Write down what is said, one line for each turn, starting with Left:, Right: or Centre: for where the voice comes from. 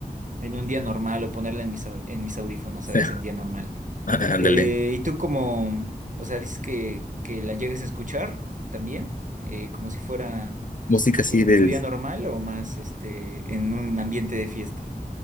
Right: en un día normal o ponerla en mis, au- en mis audífonos, ¿sabes?
Left: Ya,
Right: En día normal.
Left: á- Ándale,
Right: Eh, ¿y tú como, o sea, dices que, que la llegues a escuchar también, eh, como si fuera
Left: música así
Right: en
Left: del
Right: tu día normal o más este en un ambiente de fiesta?